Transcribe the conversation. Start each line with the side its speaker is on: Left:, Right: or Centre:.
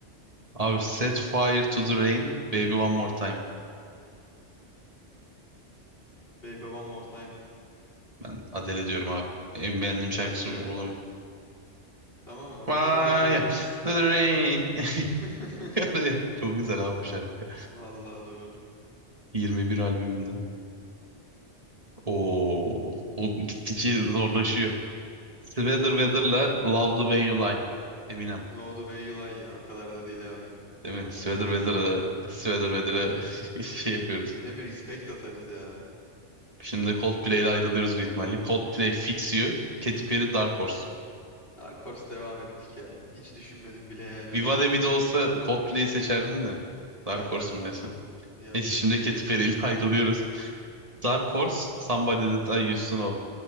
Right: Abi Set Fire to the Rain, Baby One More Time.
Left: Baby one more time.
Right: Ben Adele diyorum abi. En beğendiğim şarkısı
Left: Hadi ya.
Right: bu olabilir.
Left: Tamam abi
Right: Fire
Left: kabul et öyle olsun.
Right: to the rain. <laughs>
Left: <laughs>
Right: Şey, <laughs> çok güzel abi bu şarkı.
Left: Vallahi doğru.
Right: 21 albümünden. Oo, o gittikçe zorlaşıyor. Sweater
Left: Hadi ya.
Right: Weather'la Love the Way You Lie. Eminem.
Left: Lorde ve Yulay ya. O kadar da değil abi.
Right: Değil
Left: Tamam
Right: mi? Sweater
Left: iyisin hoşsun
Right: Weather'la
Left: da.
Right: Sweater Weather'a <laughs> şey yapıyoruz.
Left: Emine mi respect atarız ya.
Right: Şimdi de Coldplay ile ayrılıyoruz büyük ihtimalle. Coldplay Fix You, Katy Perry Dark Horse.
Left: Dark Horse devam ettik ya. Hiç düşünmedim bile yani öyle
Right: Viva
Left: söyleyeyim.
Right: La Vida olsa Coldplay'i seçerdim de. Dark
Left: Ben
Right: Horse
Left: de ben
Right: maalesef.
Left: de. Yapacak
Right: Neyse şimdi
Left: bir şey
Right: Katy
Left: yok.
Right: Perry'yle <laughs> ayrılıyoruz. Dark Horse, Somebody That I Used to Know.